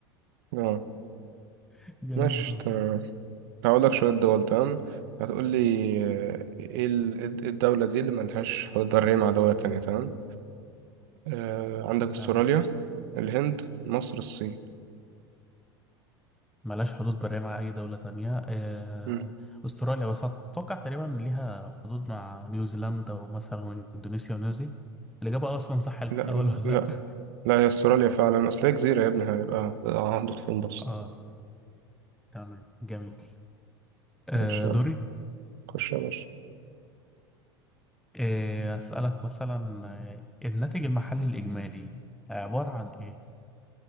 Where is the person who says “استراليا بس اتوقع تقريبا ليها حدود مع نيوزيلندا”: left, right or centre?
Centre